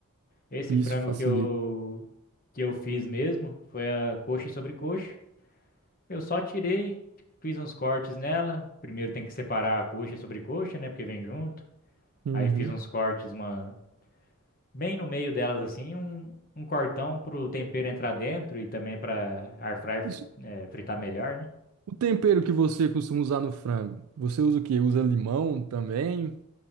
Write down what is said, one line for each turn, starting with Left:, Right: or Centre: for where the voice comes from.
Left: Esse
Right: Isso
Left: frango
Right: facilita.
Left: que eu que eu fiz mesmo foi a coxa e sobrecoxa. Eu só tirei, fiz uns cortes nela. Primeiro tem que separar a coxa e sobrecoxa, né, porque vem junto.
Right: Uhum.
Left: Aí fiz uns cortes uma bem no meio delas assim, um um cortão pro tempero entrar dentro e também para air fryer fri-
Right: Isso.
Left: eh, fritar melhor, né?
Right: O tempero que você costuma usar no frango, você usa o quê? Usa limão também?